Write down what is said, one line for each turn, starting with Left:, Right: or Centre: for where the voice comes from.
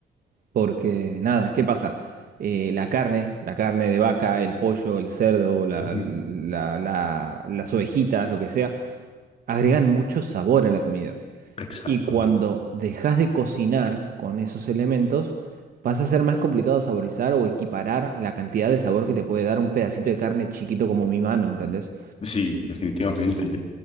Right: porque nada, ¿qué pasa? Eh, la carne, la carne de vaca, el pollo, el cerdo, la-
Left: ujú,
Right: la- la- las ovejitas, lo que sea, agregan mucho sabor a la comida.
Left: Exactamente.
Right: Y cuando dejas de cocinar con esos elementos, pasa a ser más complicado saborizar o equiparar la cantidad de sabor que te puede dar un pedacito de carne chiquito como mi mano, ¿entendés?
Left: Sí, definitivamente.